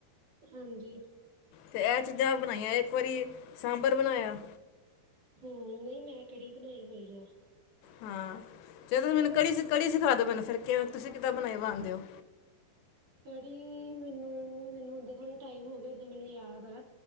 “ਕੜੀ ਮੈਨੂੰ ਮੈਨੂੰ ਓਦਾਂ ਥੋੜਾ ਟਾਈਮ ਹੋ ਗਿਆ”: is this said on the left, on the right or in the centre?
Right